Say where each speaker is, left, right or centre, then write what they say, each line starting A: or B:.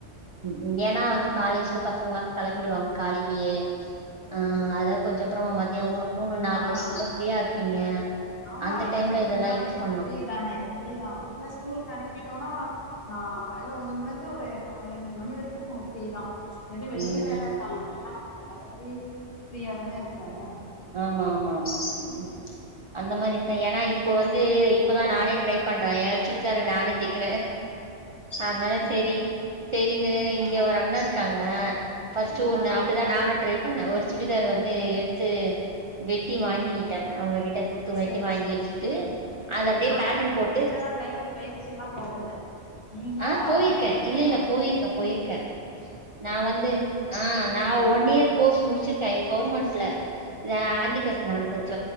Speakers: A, on the right; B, on the left.
A: ம் ம் இங்க ஏன்னா வந்து காலேஜ்ல
B: சேரி
A: பசங்களா
B: சேரி
A: கெளம்பிடுவாங்க
B: ம்
A: காலையிலயே ஆ அதா கொஞ்ச அப்பறமா மத்திய ஒரு மூணு நாலு
B: ஆ
A: மணிக்குள்ள ஃப்ரீயா இருப்பீங்க
B: ஆமா
A: அந்த
B: எனக்கு
A: டைம்ல
B: ஃபுல்லாவே
A: இதெல்லா யூஸ்
B: எனக்கு
A: பண்ணலா
B: ஃப்ரீதானே ஃப்ரீ தா அப்பற என்ன ஸ்கூலுக்கு அனுப்பிட்டோன்னா ஆ காலையில ஒம்போது மணிலருந்து ஒரு நாலஞ்சு மணி வரைக்கு பிரீ தா ஏதுவு வெளியில
A: ம்
B: வேல இருந்தா மட்டுந்தா நம்மளுக்கு மத்தபடி ஃப்ரீயா தான இருக்கோ
A: ஆமா ஆமா ஆமா ம் அந்த மாரி ஏன்னா இப்ப வந்து இப்பதா
B: ம்
A: நானே ட்ரை பண்றே ஏ சுடித்தார நானே ட்டிக்கிறே
B: ஆ
A: அதனால சரி சரின்னு இங்க
B: ஆ
A: ஒரு அண்ண இருக்காங்க ஃபர்ஸ்ட்டு ஒண்ணு
B: ஆ
A: அப்படிதா நானு ட்ரை பண்ணே ஒரு சுடிதார் வந்து எடுத்து
B: சரி
A: வெட்டி வாங்கிக்கிட்டே அவங்ககிட்ட த்து வெட்டி
B: சரி
A: வாங்கி
B: சரி
A: வச்சுட்டு அது
B: ஆ,
A: அப்டியே
B: ஆனா
A: பேட்டன்
B: நீங்க வந்து
A: போட்டு
B: இதெல்லா தையல் பயி ற்சிலா போகல நீங்களா
A: ஆ போயிருக்கே
B: இது பண்றதுதா
A: இல்ல இல்ல போயிருக்கே போயிருக்கே நா வந்து ஆ நா
B: ஆ
A: ஒன் இயர் கோர்ஸ் முடிச்சிருக்கே இது கவுர்மெண்ட்ல இத ஆண்டிகேப்
B: சரி சரி
A: நா கொஞ்ச